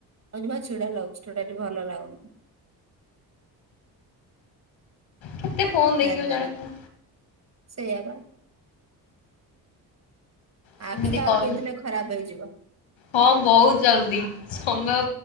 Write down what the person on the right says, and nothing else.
କହୁଚି ପା ଚିଡା ଲାଗୁଛି ଟୋଟାଲି ଭଲ ଲାଗୁନି।
<unintelligible>
ସେୟାବା।
ଆଖି ଆଉ
କେଇଦିନେ ଖରାପ ହେଇଯିବ।